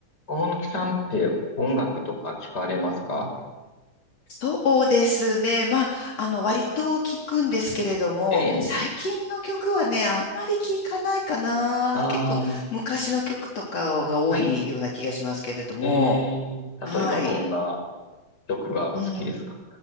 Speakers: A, on the left; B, on the left.
A: 大貫さんって音楽とか聞かれますか
B: そうですね。まあ、あの、割と聞くんですけれども、
A: ええ。
B: 最近の曲はね、あんまり聞かないかな。
A: ああ、
B: 結構昔の曲とかが多いような気がしますけれども。
A: はい。ええ、例えばどんな
B: はい。
A: 曲がお好きですか
B: うん。